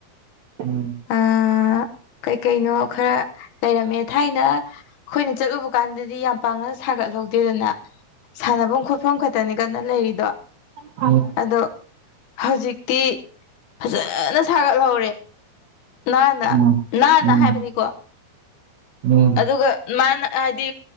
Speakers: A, on the right; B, on the left.
A: ꯎꯝ
B: ꯑꯥ ꯀꯩ ꯀꯩꯅꯣ ꯈꯔ ꯂꯩꯔꯝꯃꯦ ꯊꯥꯏꯅ ꯑꯈꯣꯏꯅ ꯆꯠꯂꯨꯕ ꯀꯥꯟꯗꯗꯤ ꯌꯥꯝ ꯄꯥꯛꯅ ꯁꯥꯒꯠꯍꯧꯗꯦꯗꯅ ꯁꯥꯟꯅꯕꯝ ꯈꯣꯠꯐꯝ ꯈꯇꯅꯤ ꯗꯅꯥ ꯂꯩꯔꯤꯗꯣ
A: ꯎꯝ
B: ꯑꯗꯣ ꯍꯧꯖꯤꯛꯇꯤ ꯐꯖꯅ ꯁꯥꯒꯠꯍꯧ ꯅꯥꯟꯅ
A: ꯎꯝ ꯎꯝ
B: ꯅꯥꯟꯅ
A: ꯎꯝ
B: ꯍꯥꯏꯕꯗꯤꯀꯣ
A: ꯎꯝ
B: ꯑꯗꯨꯒ ꯃꯥꯅ ꯍꯥꯏꯗꯤ